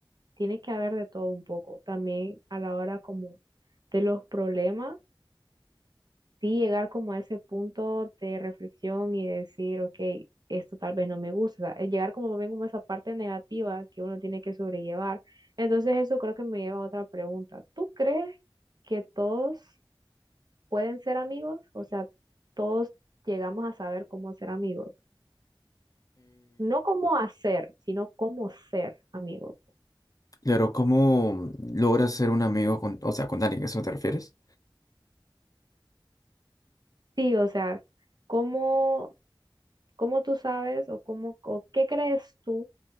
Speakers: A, on the right (about 50°); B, on the left (about 45°).
A: tiene que haber de todo un poco, también a la hora como de los problemas sí llegar como a ese punto de reflexión y decir, ok, esto tal vez no me gusta, o sea, llegar como también como a esa parte negativa que uno tiene que sobrellevar. Entonces eso creo que me lleva a otra pregunta. ¿Tú crees que todos pueden ser amigos? O sea, todos llegamos a saber cómo ser amigos. No cómo hacer, sino cómo ser amigos.
B: Claro, ¿cómo logras ser un amigo con, o sea, con alguien? ¿A ¿Eso te refieres?
A: Sí, o sea, cómo, cómo tú sabes o cómo, o qué crees tú